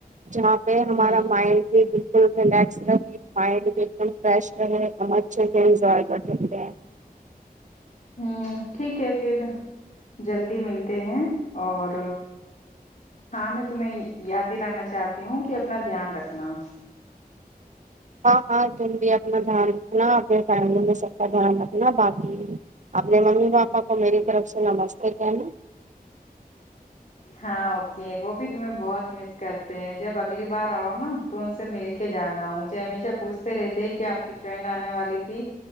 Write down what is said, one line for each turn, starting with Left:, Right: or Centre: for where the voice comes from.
Right: جہاں پہ ہمارا
Left: ہ
Right: مائڈ کے فل ریلیکس رکھیں مائنڈ بھی ایک دم فریش رہے ہم اچھے سے انجوائے کر سکتے ہیں
Left: ہ ٹھیک ہے پھر جلدی ملتے ہیں اور ہاں میں تمہیں یاد دلانا چاہتی ہوں کہ اپنا دھیان رکھنا
Right: ہاں ہاں تم بھی اپنا دھیان رکھنا اپنے فیملی میں سب کا دھیان رکھنا باقی اپنے ممی پاپا کو میری طرف سے نمستے کہنا
Left: ہاں اوکے وہ بھی تمہیں بہت مس کرتے ہیں جب اگلی بار آؤ نا تو ان سے مل کے جانا مجھے ہمیشہ پوچھتے رہتے کہ آپ کی فرینڈ آنے والی تھی